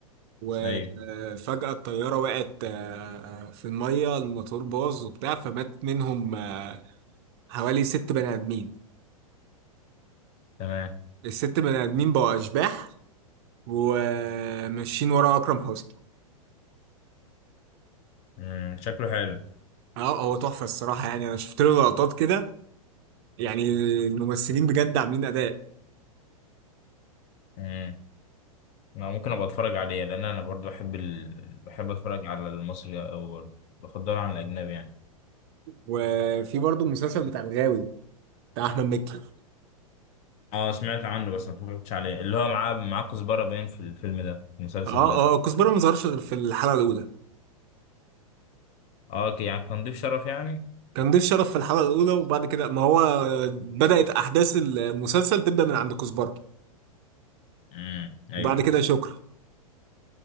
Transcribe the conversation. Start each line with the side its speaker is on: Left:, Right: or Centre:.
Right: وفجأة
Left: أيوه
Right: الطيارة وقعت آه، في المية الموتور باظ وبتاع فمات منهم آه، حوالي ست بني آدمين
Left: تمام
Right: الست بني آدمين بقوا أشباح وماشيين ورا أكرم حسني
Left: امم شكله حلو
Right: اه هو تحفة الصراحة يعني أنا شفت له لقطات كده يعني الممثلين بجد عاملين أداء
Left: مم. انا ممكن ابقى اتفرج عليه لان انا برضو بحب ال... بحب اتفرج على المصري او بفضله عن الاجنبي يعني
Right: وفي برضه المسلسل بتاع الغاوي بتاع أحمد مكي
Left: اه سمعت عنه بس ما اتفرجتش عليه اللي هو معاه معاه كزبره باين في الفيلم ده في المسلسل
Right: اه
Left: ده
Right: اه كزبرة ما ظهرش غير في الحلقة الأولى
Left: اه اوكي يعني كان ضيف شرف يعني
Right: كان ضيف شرف في الحلقة الأولى وبعد كده ما هو بدأت أحداث المسلسل تبدأ من عند كزبرة
Left: امم ايوه
Right: وبعد كده شكرا